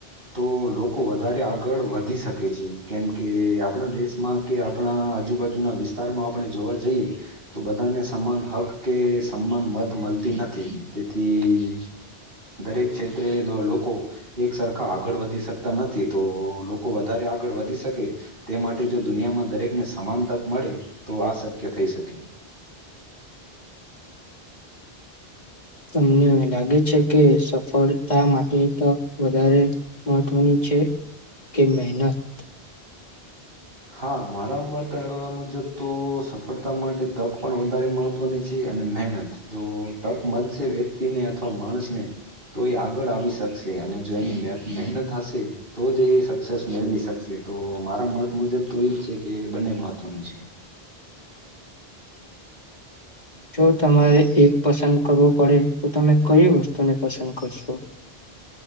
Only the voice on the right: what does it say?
તો લોકો વધારે આગળ વધી શકે છે. કેમકે આપણા દેશમાં કે આપણા આજુબાજુના વિસ્તારમાં આપણે જોવા જઈએ તો બધાને સમાન હક કે સમાન મત મળતી નથી તેથી દરેક ક્ષેત્રે લોકો એક સરખા આગળ વધી શકતા નથી. તો લોકો વધારે આગળ વધી શકે તે માટે જો દુનિયામાં દરેકને સમાન તક મળે તો આ શક્ય થઈ શકે.
હા મારા મત મુજબ તો સફળતા માટે તક પણ વધારે મહત્વની છે અને મહેનત. જો તક મળશે વ્યક્તિને અથવા માણસને તો એ આગળ આવી શકશે અને જો એની મહેનત હશે તો જ એ સક્સેસ મેળવી શકશે. તો મારા મત મુજબ તો એજ છે કે બંને મહત્વનું છે.